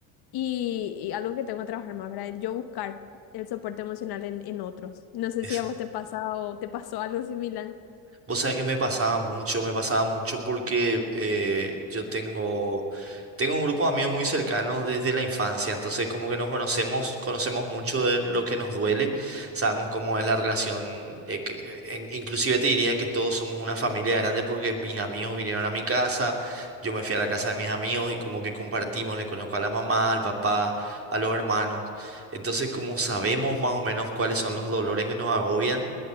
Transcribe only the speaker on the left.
Y, y algo que tengo que trabajar más, ¿verdad? Yo buscar el soporte emocional en, en otros. No sé
si a vos te pasa o te pasó algo similar.